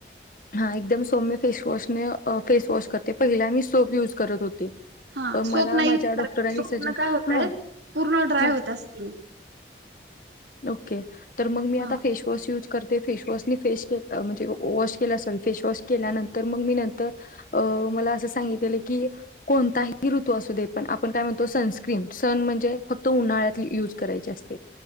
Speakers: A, on the left; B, on the right.
A: हा एकदम सौम्य फेसवॉशने फेसवॉश करते पहिला मी सोप युज करत होते.
B: हा
A: पण
B: सोप
A: मला
B: नाही
A: माझ्या
B: यूज
A: डॉक्टरांनी
B: करा स्वपन
A: सज
B: काय होतय
A: हा
B: पूर्ण ड्राय
A: हा
B: होत्या स्किन.
A: ओके. तर मग मी आता
B: हा
A: फेसवॉश यूज करते. फेशवॉशनी फेस अ म्हणजे वॉश केल असेल फेसवॉश केल्यानंतर मग मी नंतर मला अस सांगितलं की कोणही ऋतू अस दे पण आपण आपण काय म्हणतो सनस्क्रीन सन म्हणजे फक्त उन्हाळ्यात युज करायची असते.